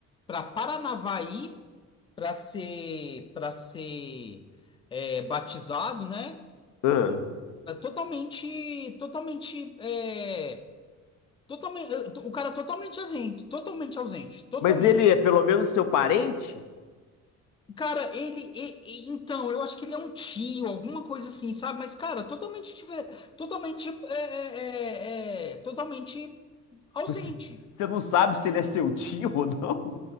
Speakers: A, on the left; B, on the left.
A: para Paranavaí para ser para ser é, batizado, né?
B: ah.
A: Totalmente, totalmente. é, Totalmente, o cara totalmente ausente, totalmente ausente, totalmente.
B: Mas ele é pelo menos seu parente?
A: Cara, ele, e- e- então, eu acho que ele é um tio, alguma coisa assim, sabe? Mas, cara, totalmente, diver- totalmente, é, é, é, é, totalmente ausente.
B: Você você não sabe se ele é seu tio ou não?